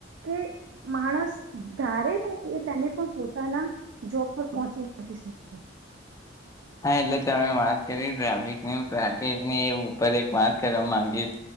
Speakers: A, on the right; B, on the left.
A: કે માણસ ધારે ને એ ટાઈમે પણ પોતાના જોબ પર પહોંચી નથી શકતો.
B: હા એટલે તમે વાત કરી ટ્રાફિકની ટ્રાફિકની ઉપર એક વાત કરવાં માંગીશ